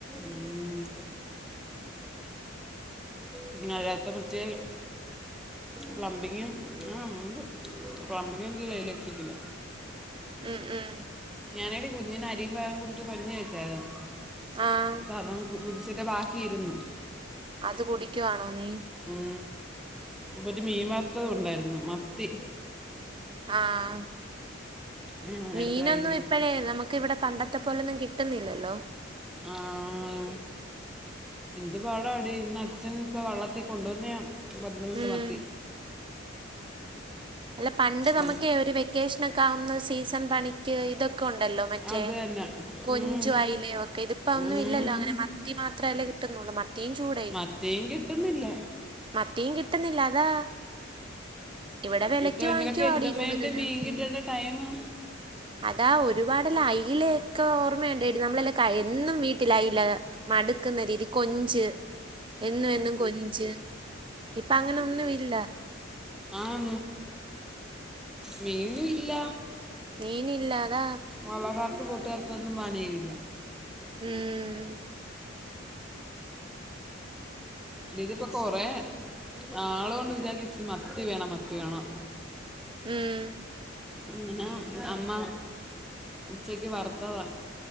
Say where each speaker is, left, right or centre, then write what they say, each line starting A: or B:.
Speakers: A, in the centre; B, on the right.
A: ഉം ഉം പിന്ന അല്ലത്തെ മറ്റേ പ്ലംബിങ്ങും ആണ്ട് പ്ലംബിങ്ങല്ല ഇലക്ട്രിക്കൽ
B: ഉം ഉം
A: ഞാനെടി കുഞ്ഞിനെ അരിയും പയറും കൂട്ടിട്ട് കഞ്ഞി വച്ചായിരുന്നു
B: ആഹ
A: അപ്പ അവൻ കുടിച്ചിട്ട ബാക്കിയിരുന്നു
B: അത് കുടിക്കുവാണോ നീ
A: ഇ ഒരു മീൻവർത്തതു ഇവിടെ ഉണ്ടായിരുന്നു മത്തി
B: ആഹ
A: ഞാനെടുത്ത്
B: മീനൊന്നും
A: കഴിക്കുന്നു
B: ഇപ്പഴേ നമുക്ക് ഇവിടെ പണ്ടത്തെ പോലെൊന്നും കിട്ടുന്നില്ലല്ലോ
A: ആഹാ എന്ത് പാടാടി ഇന്ന് അച്ഛൻ ഇപ്പൊ വെള്ളത്തി കൊണ്ടുവന്ന പൻന്ത്രണ്ട്
B: ഉം
A: മത്തി
B: അല്ല പണ്ട് നമുക്കെ
A: ഉം.
B: ഒരു വെക്കേഷനൊ ഒക്കെ ആവുന്ന സീസൺ പണിക്ക് ഇതൊക്കെ ക്കൊ ഉണ്ടല്ലോ മറ്റേ
A: അത് തന്നെ
B: കൊഞ്ചു
A: ഉം.
B: അയിലെയൊ ഒക്കെ ഇതിപ്പോ ഒന്നും
A: ഉം.
B: ഇല്ലല്ലോ അങ്ങനെ മത്തി മാത്രല്ലേ കിട്ടുന്നുള്ളൂ മത്തിയും ചൂടയും
A: മത്തിയും കിട്ടുന്നില്ല
B: മത്തിയും കിട്ടുന്നില്ല അതാ ഇവിടെ വെലക്ക്
A: ഈ ടൈമിലൊക്കെ
B: വാങ്ങിക്കുവാടീ
A: എന്തും
B: കൂടുതലും
A: വേണ്ടി മീൻ കിട്ടേണ്ട
B: ഉം
A: ടൈമാ
B: അതാ ഒരുപാട് എല്ലാം അയിലെ ഒക്കെ ഓർമ്മയണ്ടെടീ നമ്മളെല്ലാം എന്നും വീട്ടിൽ അയില മടുക്കുന്ന രീതി കൊഞ്ച് എന്നും എന്നും കൊഞ്ച് ഇപ്പൊ അങ്ങനൊന്നും ഇല്ല
A: ആഹ മീനും ഇല്ല
B: മീനില്ല അതാ
A: വളകാർക്ക് ബോട്ട്ക്കാർക്ക് ഒന്നും പണിയും ഇല്ല
B: ഉം
A: എടി ഇതിപ്പൊ കൊറെേ നാള് കൊണ്ട് വിചാരിക്ക ഇച്ചിരി മത്തി വേണം മത്തി വേണം
B: ഉം
A: അങ്ങനെ അമ്മ ഉച്ചക്ക് വറുത്തതാ